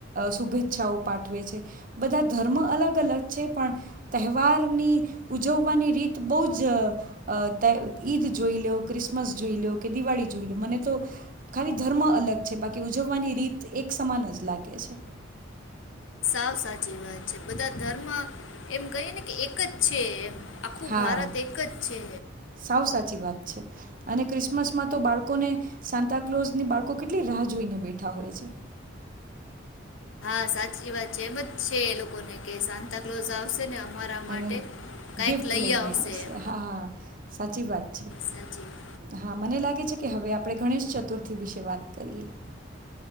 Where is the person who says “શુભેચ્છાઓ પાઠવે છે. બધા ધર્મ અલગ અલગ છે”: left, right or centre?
Right